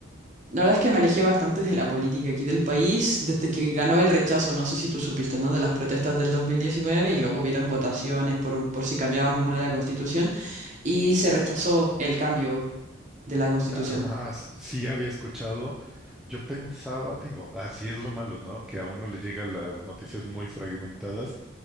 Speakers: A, on the right; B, in the centre.
A: La verdad es que me alejé bastante de la política aquí del país desde que ganó el rechazo, no sé si tú supiste, ¿no? De las protestas del 2019 y luego hubieron votaciones por, un, por si cambiábamos o no la constitución y se rechazó el cambio de la constitución.
B: Ah, s- sí había escuchado. Yo pensaba, digo, así es lo malo, ¿no? Que a uno le llegan las noticias muy fragmentadas.